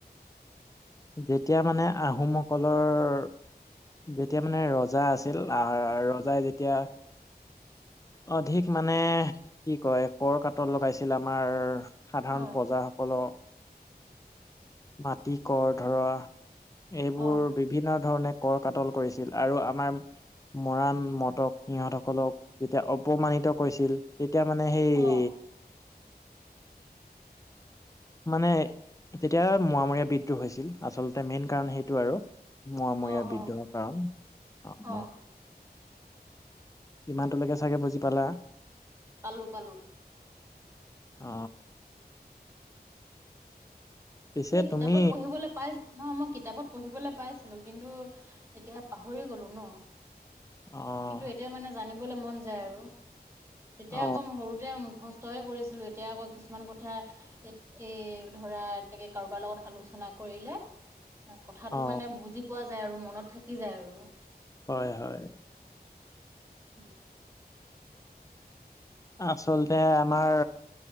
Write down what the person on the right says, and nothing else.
অ'
অ'।
অ'
অ' অ'
অ'
পালো পালো।
মানে কিতাপত
পঢ়িবলৈ পাই। নহ মই কিতাপত পঢ়িবলৈ পাইছিলো কিন্তু এতিয়া পাহৰি গলো ন।
কিন্তু এতিয়া মানে জানিবলৈ মন যায় আৰু তেতিয়া
আকৌ সৰুতে মুখস্ত। তইে কৰিছিলোঁ এতিয়া আকৌ কিছুমান কথা এই ধৰা এনেকৈ। কাৰোবাৰ লগত আলোচনা কৰিলে কথাটো
মানে বুজি পোৱা যায়। যাই আৰু মনত থাকি যায় আৰু।
উম।